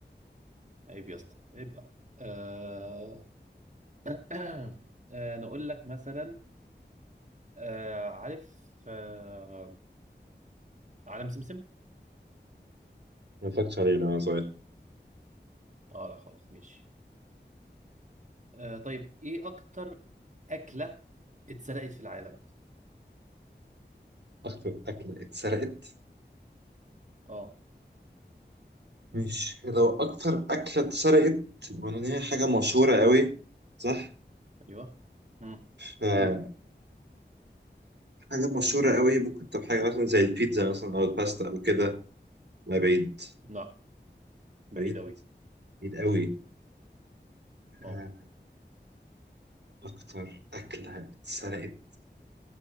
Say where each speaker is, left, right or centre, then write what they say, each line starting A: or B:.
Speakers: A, on the right; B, on the right.
A: عيب يا اسطى عيب بقى آه... <clears throat> آه نقول لك مثلا آه عارف آه عالم سمسم؟
B: ما فكرتش عليه لما صغير
A: اه لا خلاص ماشي آه طيب ايه اكتر اكله اتسرقت في العالم
B: أكتر أكلة اتسرقت
A: اه
B: مش لو أكتر أكلة اتسرقت وأنا إن هي حاجة مشهورة قوي صح؟
A: ايوه امم
B: ف حاجة مشهورة قوي ممكن تبقى حاجة مثلا زي البيتزا مثلا أو الباستا أو كده لا بعيد
A: لا بعيد
B: بعيد
A: قوي
B: بعيد قوي
A: اه
B: آه، أكتر أكلة اتسرقت